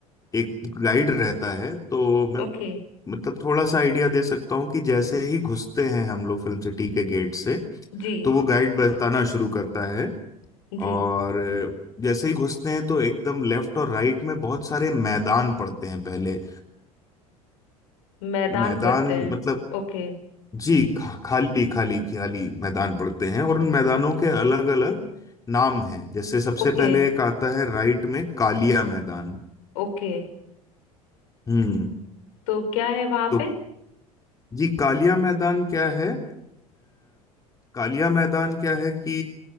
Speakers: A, on the left; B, on the left.
A: एक गाइड रहता है तो मैं
B: ओके
A: मतलब थोड़ा सा आइडिया दे सकता हूँ कि जैसे ही घुसते हैं हम लोग फिल्म सिटी के गेट से
B: जी
A: तो वो गाइड बताना शुरू करता है
B: जी
A: और जैसे ही घुसते हैं तो एकदम लेफ्ट और राइट में बहुत सारे मैदान पड़ते हैं पहले
B: मैदान
A: मैदान
B: पड़ते हैं
A: मतलब
B: ओके
A: जी खा, खाली खाली खाली मैदान पड़ते हैं और उन मैदानों के अलग अलग नाम हैं जैसे सबसे
B: ओके
A: पहले एक आता है राइट में कालिया मैदान
B: ओके
A: हम्म
B: तो क्या है वहां
A: तो
B: पे
A: जी कालिया मैदान क्या है आ, कालिया मैदान क्या है कि